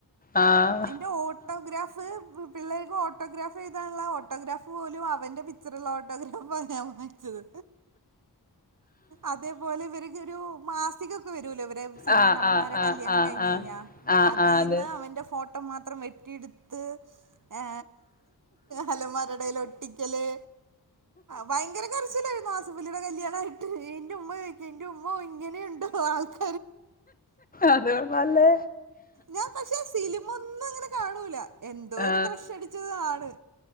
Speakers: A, on the left (about 20°); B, on the right (about 50°).
A: ആ
B: എന്റെ ഓട്ടോഗ്രാഫ്. പിള്ളേർക്ക് ഓട്ടോഗ്രാഫ് എഴുതാനുള്ള ഓട്ടോഗ്രാഫ് പോലും അവന്റെ പിച്ചറ് ള്ള ഓട്ടോഗ്രാഫ് ആണ് ഞാൻ വാങ്ങിച്ചത്. അതേ പോലെ ഇവർക്കൊരു മാസികക്കെ വരൂല്ലേ സിൽമാ
A: ആ ആ
B: നടന്മാരെ
A: ആ ആ ആ
B: കല്യാണം കഴിഞ്ഞഴിഞ്ഞാ
A: ആ ആ
B: അതിന്ന്
A: അതെ
B: അവന്റെ ഫോട്ടോ ഫോട്ടോ മാത്രം വെട്ടിയട്ത്ത് ഏ അലമാരടൽ ഒട്ടിക്കല് ഭയങ്കര കര്ച്ചില്ലായിരുന്നു ആ സ - കല്യാണായിട്ട് എന്റെ ഉമ്മ ചോയി ക്ക എന്റെ ഉമ്മോ ഇങ്ങനെണ്ടോ ആൾക്
A: അത് കൊള്ളാലോ
B: ഞാൻ പക്ഷെ സിനിമ ഒന്നും അങ്ങനെ കാണൂല എന്തോ
A: ആ
B: ഒരു ക്രഷ് അടിച്ചത് ആണ്